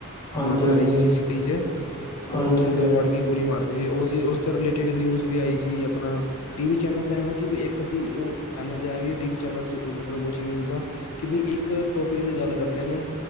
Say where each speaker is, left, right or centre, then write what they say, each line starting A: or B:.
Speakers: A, on the left; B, on the left.
A: ਹਾਂਜੀ
B: ਆਪਣਾ ਪਤਾ
A: ਹਾਂਜੀ
B: ਨਹੀਂ ਕਿ ਅਸੀਂ ਸਿਟੀ ਚ ਉਹਨੂੰ
A: ਹਾਂਜੀ
B: ਅੰਦਰ
A: ਹਾਂਜੀ
B: ਗੋਲੀ ਮਾਰਤੀ ਉਸਦੀ ਉਸਦੇ ਰਿਲੇਟਿਡ ਨਿਊਜ਼ ਵੀ ਆਈ ਸੀ ਆਪਣਾ ਟੀਵੀ ਚੈਨਲਸ ਏਂ ਨ ਕੀ ਬਿ ਇੱਕ ਅੱਦੀ ਊ ਏਨਾ ਦਾ ਏਵੀਏ ਟੀਵੀ ਚੈਨਲ ੳ ਮਤਲਬ ੳ ਜੀ ਨਯੂਜ ਦਾ। ਕਿ ਬਈ ਇੱਕ ਟੋਪਿਕ ਤੇ ਗੱਲ ਕਰਦਾ ਨੇ